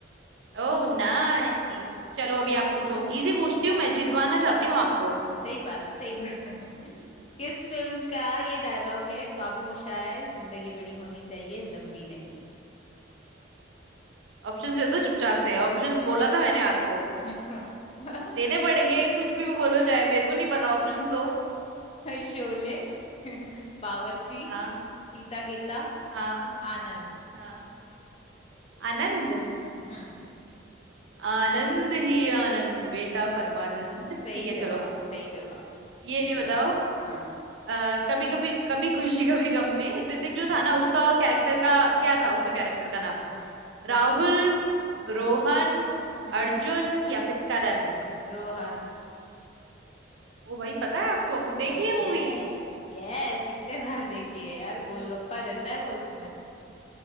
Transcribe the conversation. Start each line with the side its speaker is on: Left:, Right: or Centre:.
Right: ओ नाइस चलो अभी आप पूछो इजी पूछती हूँ मैं जितवाना चाहती हूँ आपको
Left: सही बात है सही बात है <laughs> किस फिल्म का ये डायलॉग है बाबू मोशाय जिंदगी बड़ी होनी चाहिए लंबी नहीं
Right: ऑप्शन दे दो चुपचाप से ऑप्शन बोला था मैंने आपको
Left: <laughs>
Right: देने पड़ेंगे कुछ भी बोलो चाहे मेरे को नहीं पता ऑप्शन दो
Left: शोले <laughs> बावर्ची
Right: हाँ
Left: सीता गीता
Right: हाँ
Left: आनंद
Right: हाँ आनंद
Left: हम्म
Right: आनंद ही आनंद बेटा परमानंद
Left: सही
Right: ठीक है
Left: जवाब
Right: चलो
Left: सही जवाब
Right: ये
Left: ठीक
Right: बताओ
Left: है हाँ
Right: आ, कभी कभी कभी खुशी कभी गम में ऋतिक जो था ना उसका कैरेक्टर का क्या था उसका कैरेक्टर का नाम राहुल
Left: कभी खुश हो हाँ
Right: रोहन
Left: हाँ हाँ।
Right: अर्जुन या फिर करण
Left: रोहन
Right: ओ भाई पता है आपको देखिए
Left: यस
Right: मूवी
Left: यस कितने बार देखी है यार गोलगप्पा रहता है वो उसमें।